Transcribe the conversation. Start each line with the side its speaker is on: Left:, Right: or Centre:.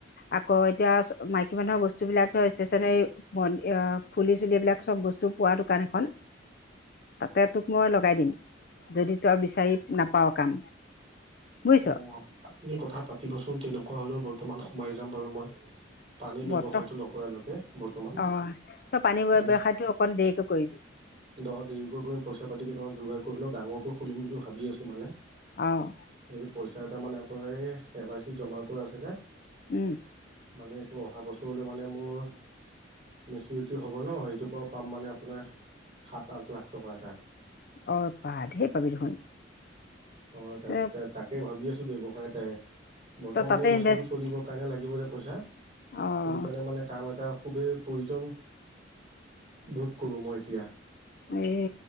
Left: আকৌ এতিয়া মাইকী মানুহৰ বস্তু, বস্তুবিলাক ষ্টেচনে <unintelligible> ম ফুলি চুলিবিলাক চব বস্তু পোৱা দোকান এখন, তাতে তোক মই লগাই দিম, যদি তই বিচাৰি নাপাও কাম। বুজিছ
Right: অ, আপুনি কথা পাতিবচোন তেনেকুৱা হলেও ব বৰ্তমান সোমাই যাম বাৰু মই। পানীৰ ব্যৱসায়টো
Left: বৰ্ত
Right: নকৰালৈকে বৰ্তমান,
Left: অঁ তই পানী
Right: মানে
Left: ব্যৱসায়টো অকণ দেৰিকৈ কৰিবি
Right: দ দেৰিকৈ কৰি পইচা পাতি কেইটামান যোগাৰ কৰিলেও ডাঙৰকৈ খুলিম বুলি ভাবি আছোঁ মানে
Left: অহ,
Right: এই পইচা এটা মানে আপোনাৰ এই এল আই চিত জমা কৰা আছিলে
Left: উম,
Right: মানে, এইটো অহা বছৰলৈ মানে মোৰ মেচিউৰিটি হ'ব ন, সেইটোৰ পৰা পাম মানে আপোনাৰ সাত, আঠ লাখ টকা এটা
Left: অ বাহ, ধেৰ পাবি দেখোন।
Right: অ, তাত
Left: তই
Right: তাকে ভাবি আছোঁ। ব্যৱসায় এটাই বৰ্তমান
Left: তাতে
Right: এই বছৰটো
Left: ইনভেষ্ট
Right: চলিবৰ কাৰণে লাগে দিব যে পইচা
Left: অঁ
Right: সেইটো কাৰণে মানে কাম এটা, খুবেই প্ৰয়োজন, বোধ কৰোঁ মই এতিয়া।
Left: এ